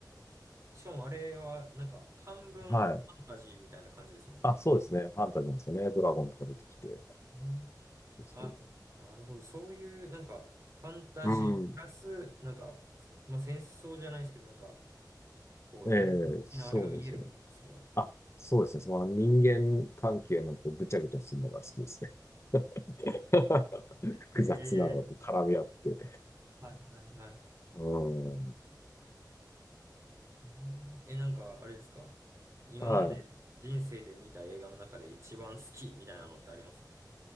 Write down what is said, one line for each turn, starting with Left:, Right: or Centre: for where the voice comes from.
Right: しかもあれは、なんか、半分ファンタジーみたいな感じですもんね。
Left: はい。あ、そうですね。ファンタジーなんですよね。ドラゴンとか出てきて。
Right: うん
Left: そうそう。
Right: あ、なるほど。そういう、なんか、ファンタジープラス、
Left: うん。
Right: なんか、まあ、戦争じゃないですけど、なんか、こう、
Left: え
Right: 人間的なあれが見える部分が好きなのか。
Left: えそうですね。あ、そうですね。その人間関係のこうぐちゃぐちゃするのが好きですね。<laughs> 複雑なのがこう絡み合って。
Right: ええはいはいはい。
Left: <laughs> うん。
Right: うんえ、なんか、あれですか今まで人生で見た映画の中で一番好きみたいなのってありますか
Left: はい。